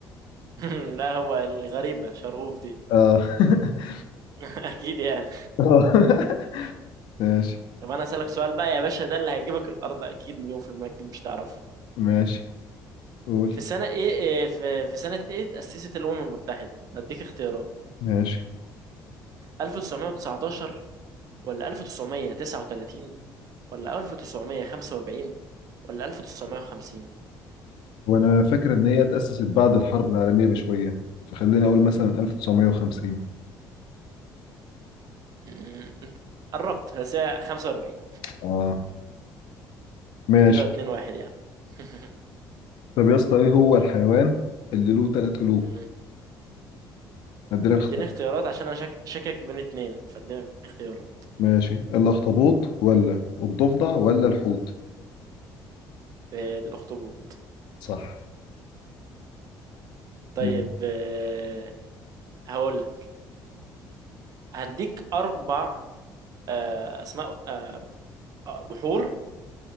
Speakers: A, on the right (about 50°); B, on the left (about 75°).
A: <laughs> لا هو الغريبة شرهوف دي
B: اه <laughs>
A: <laughs> اكيد يعني
B: آه. ماشي
A: طب انا اسالك سؤال بقى يا باشا ده اللي هيجيبك الارض اكيد مليون في المية أكيد مش تعرفه
B: ماشي قول
A: في سنة ايه إيه، في في سنة ايه تأسست الأمم المتحدة؟ هديك اختيارات
B: ماشي
A: 1919 ولا 1939 ولا 1945 ولا 1950
B: وانا فاكر ان هي اتأسست بعد الحرب العالمية بشوية فخليني اقول مثلا 1950
A: أمم، انت قربت بس هي 45
B: اه ماشي
A: كده 2 1 يعني <laughs>
B: طب يا اسطى ايه هو الحيوان اللي له ثلاث قلوب
A: أمم،
B: ادي لك
A: اديني اختيارات عشان انا شاك... شاكك بين اتنين فاديني اختيارات
B: ماشي الأخطبوط ولا الضفدع ولا الحوت
A: إيه، الأخطبوط
B: صح
A: طيب
B: من
A: آه، هقول لك هديك اربع آه، اسماء آه، بحور